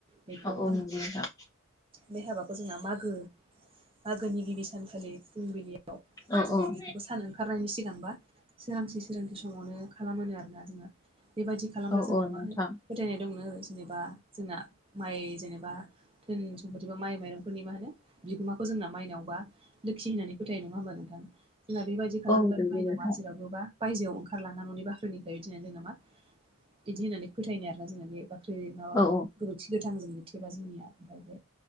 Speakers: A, on the right (about 25°); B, on the left (about 15°).
A: बेखौ
B: औ औ
A: मा होनो
B: नंगौ नोंथां
A: बे हाबाखौ जोंना मागो मागोनि गिबि सानखालि फुंबिलियाव
B: औ
A: जोंहा
B: औ
A: बेखौबो सानो ओंखारनायनि सिगांबा सोरांसि सोरांसि समावनो खालामो आरोना जोंङो। बेबायदि खालामब्ला
B: औ
A: जोंना
B: औ
A: मा
B: नोंथां
A: होनो फोथायनाय दंनो जेनेबा जोंना माइ जेनेबा धोन सम्पति बा माइ माइरंफोरनि मा होनो बिगोमाखौ जोंना माइनावबा लोखि होननानै फोथायो नंङा होमबा नोंथां जोंना बेबायदि खालामब्लाथाय
B: औ नंगौ नोंथां
A: बा बायजोआव ओंखारलाङा न'नि बाख्रिनिफ्राय बिदिनो जों मा बिदि होननानै फोथायनाय आरो ना जोंनि बे बाख्रि माबाखौ
B: औ
A: गोबोरखि गोथां जों थेबा जोंनिया ओमफ्राय बे